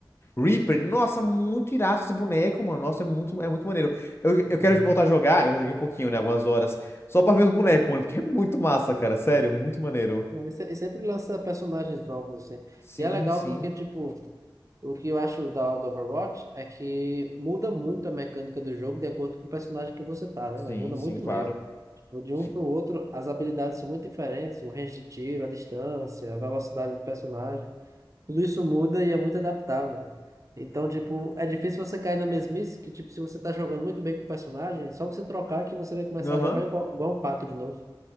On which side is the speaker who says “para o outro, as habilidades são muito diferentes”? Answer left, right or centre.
Right